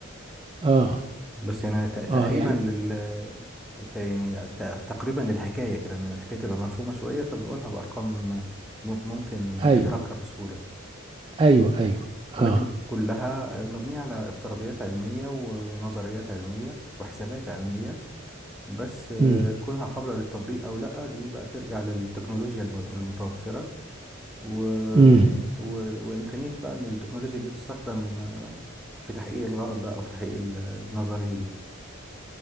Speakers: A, on the right; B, in the centre.
A: اه
B: بس يعني ت- تقريبا
A: اه يعني
B: لل ت- يعني ت- تقريبا للحكاية كده إن الحكاية تبقى مفهومة شوية فبنقولها بأرقام م- ممكن
A: ايوه
B: إدراكها بسهولة
A: ايوه ايوه
B: ولكن
A: اه
B: كلها آه، مبنية على افتراضيات علمية و- ونظريات علمية وحسابات علمية بس آه،
A: امم
B: كونها قابلة للتطبيق أو لأ دي بقى ترجع للتكنولوجيا الم- المتوفرة و...
A: امم
B: و... وإمكانية بقى إن التكنولوجيا دي تستخدم آه، في تحقيق الغرض ده أو في تحقيق ال- النظرية دي